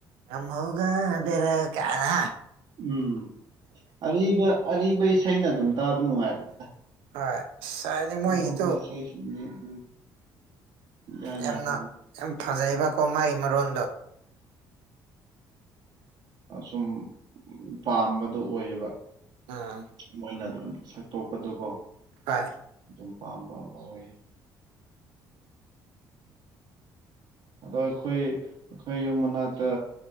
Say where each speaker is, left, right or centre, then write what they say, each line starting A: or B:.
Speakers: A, on the right (about 90°); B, on the right (about 65°).
A: ꯉꯝꯍꯧꯒꯗꯔ ꯀꯅ
B: ꯎꯝ ꯑꯔꯤꯕ ꯑꯔꯤꯕ ꯏꯁꯩꯅ ꯑꯗꯨꯝ ꯇꯥꯕ ꯅꯨꯡꯉꯥꯏꯕꯅꯤꯗ
A: ꯍꯣꯏ ꯑꯁ ꯍꯥꯏꯗꯤ ꯃꯣꯏꯒꯤꯗꯨ
B: ꯑꯅ ꯎꯕꯣꯏꯁ ꯎꯝ ꯏꯌꯥ ꯌꯥꯗꯦ
A: ꯌꯥꯝꯅ ꯌꯥꯝ ꯐꯖꯩꯑꯕꯀꯣ ꯃꯥꯒꯤ ꯃꯔꯣꯟꯗꯣ
B: ꯁꯨꯝ ꯄꯥꯝꯕꯗꯣ ꯑꯣꯏꯌꯦꯕ
A: ꯎꯝ
B: ꯃꯣꯏꯅ ꯑꯗꯨꯝ ꯁꯛꯇꯣꯛꯄꯗꯨꯀꯣ
A: ꯍ
B: ꯑꯗꯨꯝ ꯄꯥꯝꯕ ꯑꯃ ꯑꯣꯏ ꯑꯗꯣ ꯑꯩꯈꯣꯏ ꯑꯩꯈꯣꯏ ꯌꯨꯝ ꯃꯅꯥꯛꯇ